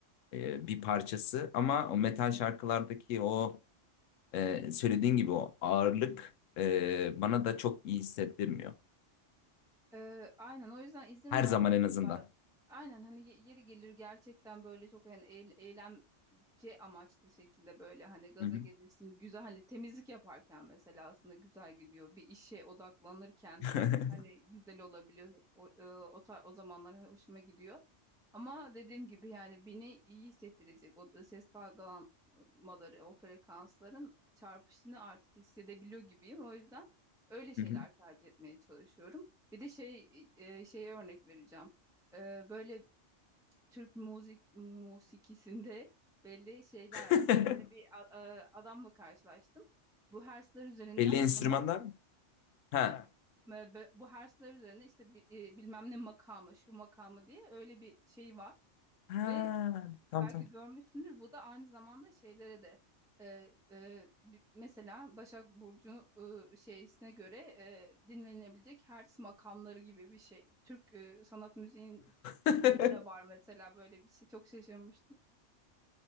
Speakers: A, on the left (about 85°); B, in the centre.
A: e, bir parçası ama o metal şarkılardaki o e, söylediğin gibi o ağırlık e, bana da çok iyi hissettirmiyor.
B: Ee, aynen o yüzden izin
A: Her
B: vermelisin.
A: zaman en azından.
B: Ba- Aynen hani ye- yeri gelir gerçekten böyle çok yani eylem eğlence amaçlı şekilde böyle hani gaza
A: Hı hı.
B: gelirsin. Güzel hani temizlik yaparken mesela aslında güzel gidiyor. Bir işe odaklanırken
A: <laughs>
B: hani güzel olabiliyor. O, e, o, ta- o zamanlar hoşuma gidiyor. Ama dediğim gibi yani beni iyi hissettirecek o da ses dalgalanmaları, o frekansların çarpışını artık hissedebiliyor gibiyim. O yüzden öyle şeyler
A: Hı hı.
B: tercih etmeye çalışıyorum. Bir de şey e, şeye örnek vereceğim. E, böyle Türk müzik musikisinde belli şeyler
A: <laughs>
B: var. Bir tane bir a- a- adamla karşılaştım. Bu hersler üzerinden
A: Belli enstrümanlar
B: işte ma-
A: mı? Ha.
B: e, be- bu hersler üzerine işte bi- e, bilmem ne makamı, şu makamı diye öyle bir şey var
A: Ha,
B: ve
A: tamam
B: belki
A: tamam.
B: görmüşsündür. Bu da aynı zamanda şeylere de e, e, bi- mesela Başak Burcu e, şeysine göre e, dinlenebilecek hertz makamları gibi bir şey. Türk e, sanat müziğin müziğinde
A: <laughs>
B: de var mesela böyle bir şey. Çok şaşırmıştım.